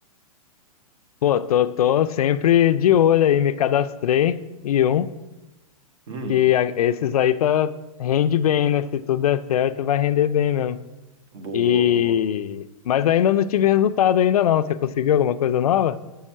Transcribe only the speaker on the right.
Hum,
boa,
boa.